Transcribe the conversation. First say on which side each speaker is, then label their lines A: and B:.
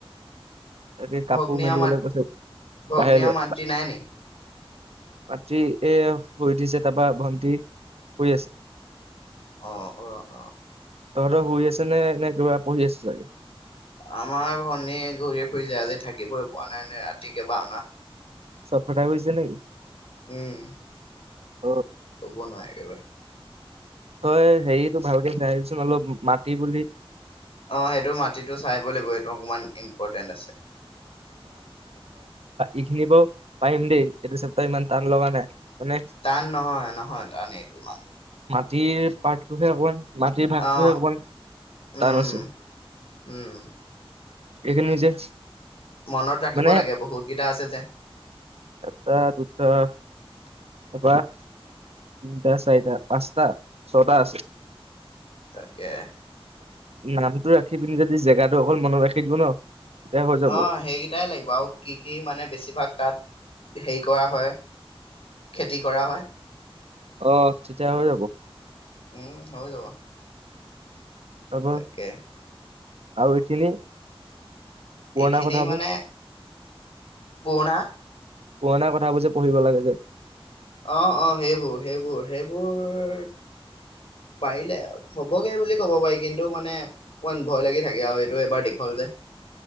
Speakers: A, on the right; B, on the left.
A: তাকে কাপোৰ
B: ভগ্নী
A: মেলিবলৈ
B: আৰু মাত
A: কৈছে
B: ভগ্নী
A: বাহিৰলৈ
B: আৰু মাতৃ নাই নি
A: মাতৃ এ শুই উঠিছে তাৰপৰা ভণ্টি শ আছে
B: অ অ অ
A: তহঁতৰ শুই আছে নে নে কিবা পঢ়ি আছো চাগে
B: আমাৰ ভনীয়ে ঘূৰি ফুৰি য আজি থাকিবই পোৱা নাই নে ৰাতিকে বাা অনা
A: চত কটাইৈছে নেকি
B: উম
A: অ
B: হ'ব নহয় একেবাৰে
A: তই হেৰিতটো ভালকে চাই আহিবিচোন অলপ মাটি বুলি
B: অ সেইটো মাটিটো চাই লাগিব এইটো অকমান ইম্পৰ্টেণ্ট আছে
A: ইখিনিব পাৰিম দেই এইটো চব তই ইমান টান লগা নাই মানে
B: টান নহয় নহয় টান এইটো ইমান
A: তি পঠটোহে অকমান মাটিৰ ভাগটোহে
B: অ
A: অকমান
B: উম
A: টান আছে
B: উম
A: এইখিন যে
B: মনত ৰাখিব
A: মানে
B: লাগে বহুতকেইটা আছে যে
A: এটা দুটা তাৰপৰা তিনিটা চাৰিটা পাঁচটা ছটা আছে
B: তাকে
A: নামটো ৰাখি পিনি যদি জেগাটো অকল মনত ৰাখি দিব ন তেতিয়া হৈ যাব
B: অ সেইকেইটাই লাগিব আৰু কি কি মানে বেছিভাগ তাত হেৰি কৰা হয় খেতি কৰা হয়।
A: অহ তেতিয়া হৈ যাব।
B: উম, হৈ যাব।
A: তাৰপৰা
B: তাকে
A: আৰু এইখিনি পুৰণা
B: এইখিনি
A: কথাবোৰ
B: মানে? পুৰনা
A: পুৰণা কথাবোৰ যে পঢ়িব লাগে যে।
B: অহ-অহ সেইবোৰ-সেইবোৰ-সেইবোৰ, পাৰিলে হ'বগে বুলি ক'ব পাৰি কিন্তু মানে ইমান ভয় লাগি থাকে আৰু সটো এবাৰ দীঘল যে। <unintelligible>